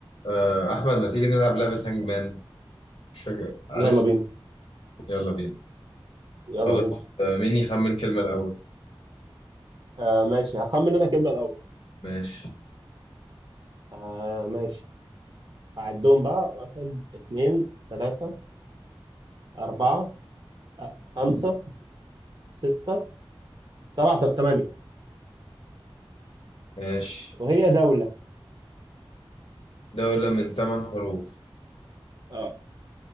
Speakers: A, on the left (about 80°); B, on the right (about 55°).
A: آه، أحمد ما تيجي نلعب لعبة هانج مان مش فاكر عارف
B: يلا بينا
A: يلا بينا
B: يلا
A: خلاص
B: بينا
A: آه، مين يخمن كلمة الأول
B: آه ماشي هخمن انا كلمة الأول
A: ماشي
B: آه ماشي هعدهم بقى واحد اتنين تلاتة أربعة آه، خمسة ستة سبعة ت- تمانية
A: ماشي
B: وهي دولة
A: دولة من ثمان حروف
B: اه